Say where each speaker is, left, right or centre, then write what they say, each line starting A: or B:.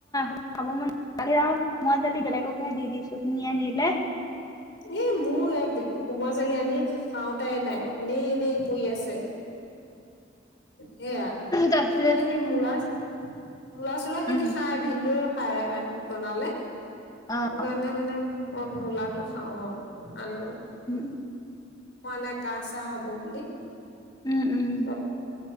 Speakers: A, on the left (about 20°); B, on the left (about 70°).
A: খাব ম কোম দালি বেলেগকহে দি দিছো নয়ানিল
B: এ মোৰ কোমৰা জালি আনি খাওটাই নাই এনেই এনেই পৰি আছে। সেয়া
A: তাৰপিছতে
B: কিন্তু মানে সেই মূলা মূলা চূলা খিনি
A: উম
B: খাই ভিনন্দৰ খায় বনালে, সেইটো
A: অ'।
B: কাৰণে মানে মই মূলাটো খাওঁ আৰু আনো।
A: উম,
B: হোৱা নাই কাহ-চাহ হ'ব বুলি।
A: উম, উম।
B: এই